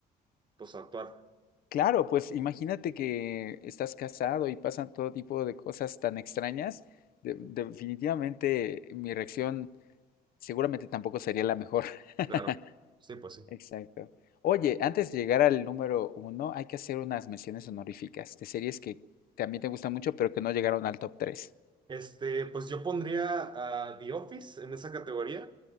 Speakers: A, on the right (about 25°); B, on the left (about 60°).
A: pues su actuar.
B: Claro, pues imagínate que estás casado y pasan todo tipo de cosas tan extrañas. de- definitivamente mi reacción seguramente tampoco sería la mejor. <laughs>
A: Claro. Sí, pues sí.
B: Exacto. Oye, antes de llegar al número uno, hay que hacer unas menciones honoríficas de series que también te gustan mucho, pero que no llegaron al top 3.
A: Este, pues yo pondría a The Office en esa categoría.